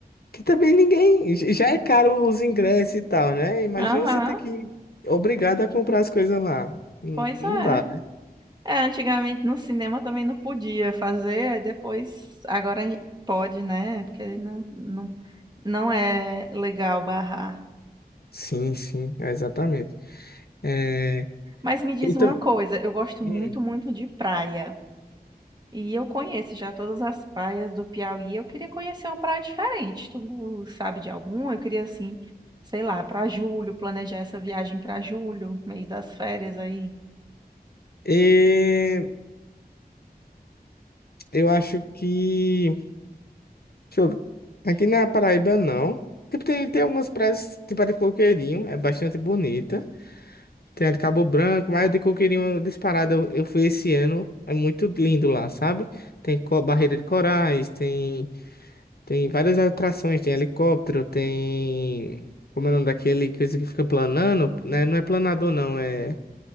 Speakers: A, on the left; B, on the right.
A: Que também ninguém. j- Já é caro os ingressos e tal, né? Imagina
B: Aham,
A: você ter que. Obrigado a comprar as coisas lá. Não
B: pois
A: não
B: é.
A: dá, né?
B: É, antigamente no cinema também não podia fazer, aí depois, agora pode, né? Porque não, não, não é legal barrar.
A: Sim, sim, exatamente. É,
B: Mas me diz
A: e
B: uma
A: tam-
B: coisa, eu gosto
A: hum,
B: muito, muito de praia. E eu conheço já todas as praias do Piauí. Eu queria conhecer uma praia diferente. Tu sabe de alguma? Eu queria assim, sei lá, para julho, planejar essa viagem para julho, mês das férias aí.
A: e eu acho que. Deixa eu ver. Aqui na Paraíba, não. Tipo, tem, tem algumas praias, tipo a de Coqueirinho, é bastante bonita. Tem a de Cabo Branco, mas a de Coqueirinho disparada, eu, eu fui esse ano, é muito lindo lá, sabe? Tem co- barreira de corais, tem, tem várias atrações, tem helicóptero, tem. Como é o nome daquele coisa que fica planando, né? Não é planador, não, é.